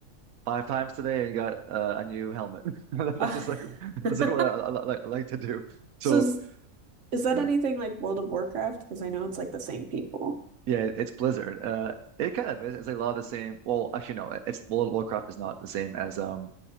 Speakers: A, on the right; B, on the right.
A: five times today and got uh, a new helmet. <laughs> That's
B: Uh,
A: just like <laughs> that's
B: <laughs>
A: just like what I, I, I like to do. So.
B: So is, is that
A: Good.
B: anything like World of Warcraft? Because I know it's like the same people.
A: Yeah, it's Blizzard. Uh, it kind of is. It's like a lot of the same. Well, actually, no. It's World of Warcraft is not the same as um